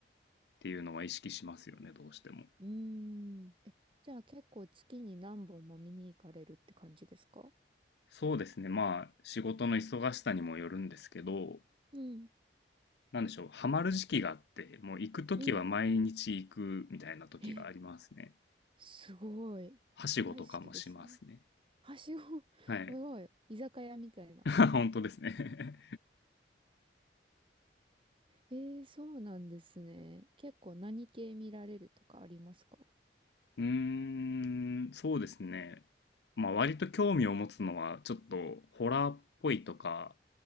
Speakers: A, on the left; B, on the right.
A: っていうのは意識しますよね、どうしても。
B: うーん。え、じゃあ結構月に何本も見に行かれるって感じですか
A: そうですね。まあ、仕事の忙しさにもよるんですけど、
B: うん、
A: なんでしょう、ハマる時期があって、もう行くときは毎日行くみたいな時がありますね。
B: うん。え、すごい。
A: はしごとかもしますね。
B: 大好きですね。はしご、<laughs>
A: はい。
B: すごい。居酒屋みたいな。
A: <laughs> 本当ですね
B: えー、そうなんですね。結構何系見られるとかありますか
A: <laughs> うーん、そうですね。まあ割と興味を持つのは、ちょっとホラーっぽいとか、